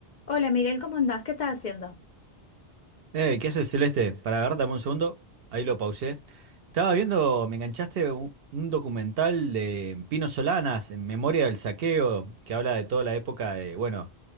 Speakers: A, on the left; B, on the right.
A: Hola Miguel, ¿cómo andás? ¿Qué estás haciendo?
B: Eh, ¿qué haces, Celeste? Para agarrar, dame un segundo. Ahí lo pausé. Estaba viendo, me enganchaste un, un documental de Pino Solanas, en memoria del saqueo, que habla de toda la época de, bueno,